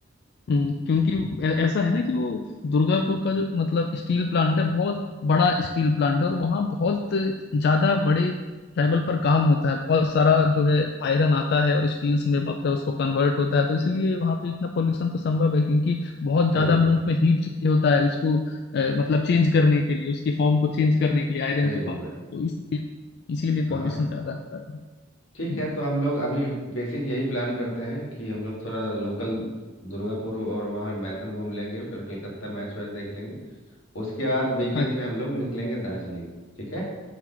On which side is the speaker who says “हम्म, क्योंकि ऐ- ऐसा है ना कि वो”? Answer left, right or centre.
Left